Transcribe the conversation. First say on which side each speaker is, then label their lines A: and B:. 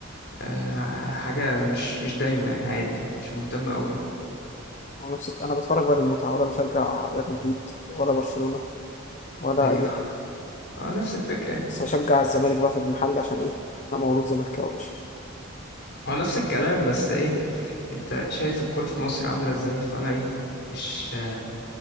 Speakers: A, on the left (about 60°); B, on the left (about 40°).
A: آه حاجة مش مش دايما يعني عادي انا مش مهتم قوي يعني
B: هو نفسك انا بتفرج بقى للمتعه ولا بشجع ريال مدريد ولا برشلونه ولا
A: ايوه
B: اي حاجه
A: <laughs> هو نفس الفكرة يعني
B: بس بشجع الزمالك بقى في المحل عشان ايه انا مولود زملكاوي يا باشا
A: هو نفس الكلام بس ايه انت شايف الكرة في مصر عاملة ازاي فانا ايه مش